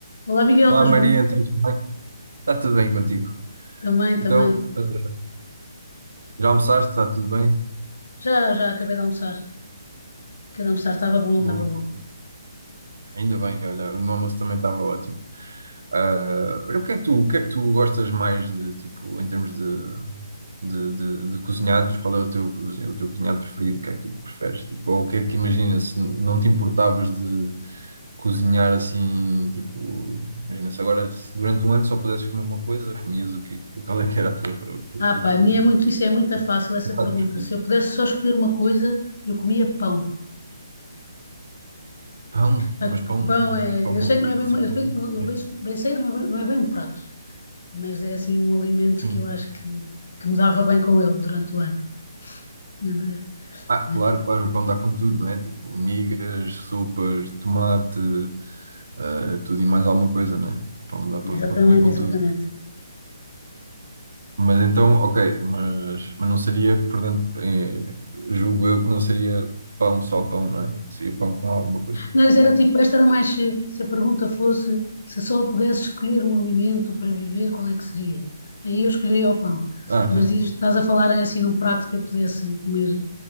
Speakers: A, on the left; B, on the right.
A: Olá, Miguel,
B: Olá
A: estás
B: Maria,
A: bom?
B: então tudo bem? Está tudo bem contigo?
A: Também,
B: Então,
A: também.
B: eh, já almoçaste? Está tudo bem?
A: Já, já acabei de almoçar. Acabei de almoçar, estava bom,
B: Boa,
A: estava bom.
B: boa. Ainda bem, olha, o meu almoço também estava ótimo. Ah, olha, o que é que tu, o que é que tu gostas mais de, tipo, em termos de, de, de, de cozinhados? Qual é o teu, cozi- o teu cozinhado preferido? O que é que tu preferes? Tipo, ou o que é que imagina se não te importavas de cozinhar assim, tipo, imagina se agora, se durante um ano só pudesses comer uma coisa, comias o quê? Qual é que era a tua, o,
A: Ah, pá,
B: o teu
A: a minha é muito, isso é muito
B: o
A: fácil, essa
B: teu
A: pergunta.
B: prato preferido?
A: Se eu pudesse só escolher uma coisa, eu comia pão.
B: Pão,
A: Ah,
B: mas pão,
A: que Pão é,
B: pão
A: eu
B: com
A: sei
B: quê?
A: que não é
B: Tem
A: bem,
B: que
A: uma-
B: ser pão
A: eu bem,
B: com
A: eu bem,
B: quê?
A: bem sei, não é bem, não é bem um prato, mas é assim um alimento
B: Sim.
A: que eu acho que, que me dava bem com ele durante o ano. Não é?
B: Ah, claro,
A: é,
B: claro, o pão dá com tudo, não é? Tipo, migas, sopas, tomate, ah, tudo e mais alguma coisa, não é? Pão dá para
A: Exatamente,
B: comer com
A: exatamente.
B: tudo. Mas então, ok, mas, mas não seria, portanto, eh, julgo eu que não seria pão só pão, não é? Seria pão com alguma coisa,
A: Mas
B: certo?
A: era tipo, esta era mais se, se a pergunta fosse se só pudesse escolher um alimento para viver, qual é que seria? Aí eu escolheria o pão.
B: Ah,
A: Mas
B: certo.
A: dizes, estás a falar em, assim num prato que eu pudesse comer.